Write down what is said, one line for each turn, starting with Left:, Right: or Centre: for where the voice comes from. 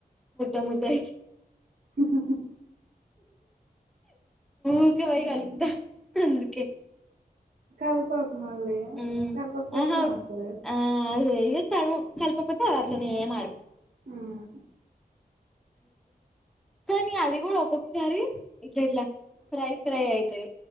Centre: ముద్ద ముద్ద అయితై
Right: హహహ
Centre: ఊకె పోయి
Right: ఉమ్,
Centre: కలుప్త అందుకే
Right: కల్పక్ మళ్ళి
Centre: మ్మ్
Right: కల్పక్పోతే
Centre: ఆహా
Right: మడ్తాద
Centre: ఆ అదే ఇగ కల్ కల్పపోతే అదట్లనే మాడి
Right: ఉమ్,
Centre: కనీ అదిేకూడా ఒక్కొక్కసారి ఇట్లా ఇట్లా ఫ్రై ఫ్రై అయి తై